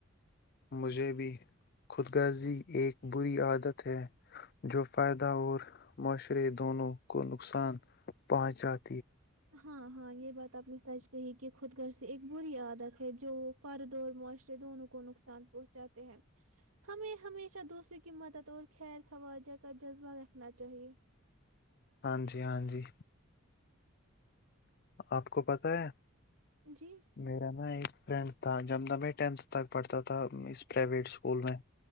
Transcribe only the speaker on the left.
مجھے بھی خودگغر زی ایک بری عادت ہے جو فائدہ اور معاشرے دونوں کو نقصان پہنچات
ہاں جی ہاں جی آپ کو پتہ ہے
میرا نا ایک فرینڈ تھا ج میں ٹینتھ تک پڑھتا تھا اس پرائیویٹ اسکول میں